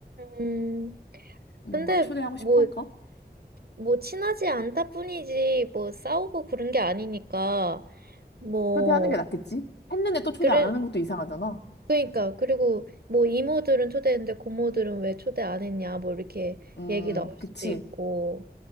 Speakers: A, on the right (about 65°); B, on the left (about 85°).
A: 음.
B: 뭔가
A: 근데
B: 초대하고 싶어
A: 뭐,
B: 할까?
A: 뭐 친하지 않다 뿐이지 뭐 싸우고 그런 게 아니니까 뭐
B: 초대하는 게 낫겠지? 했는데 또 초대
A: 그래
B: 안 하는 것도 이상하잖아.
A: 그러니까 그리고 뭐 이모들은 초대했는데 고모들은 왜 초대 안 했냐 뭐 이렇게
B: 음,
A: 얘기 나올
B: 그치.
A: 수도 있고